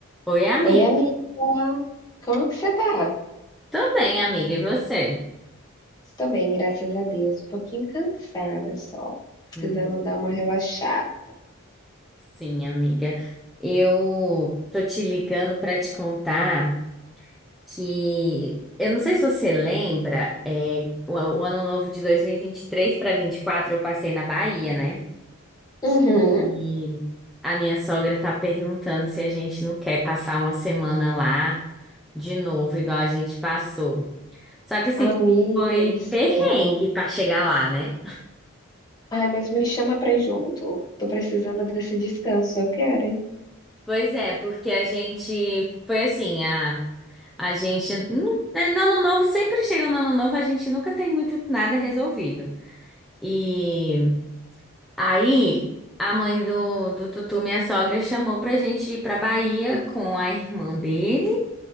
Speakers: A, in the centre; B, on the left.
A: Oi, amiga.
B: Oi, amiga. Como que você tá?
A: Tô bem, amiga. E você?
B: Tô bem, graças a Deus. Um pouquinho cansada só. Precisando
A: Hum,
B: dar uma relaxada.
A: Sim, amiga. Eu tô te ligando pra te contar que eu não sei se você lembra, é, o, o ano novo de dois mil e e vinte e três para 24 eu passei na Bahia, né?
B: Uhum.
A: E a minha sogra tá perguntando se a gente não quer passar uma semana lá de novo, igual a gente passou. Só que assim,
B: Amiga
A: foi
B: do céu.
A: perrengue pra chegar lá, né?
B: Ai, mas me chama pra ir junto. Tô precisando desse descanso. Eu quero, hein?
A: Pois é, porque a gente foi assim, a, a gente. não é, No ano novo, sempre chega no ano novo, a gente nunca tem muito nada resolvido. E aí, a mãe do, do Tutu, minha sogra, chamou pra gente ir pra Bahia com a irmã dele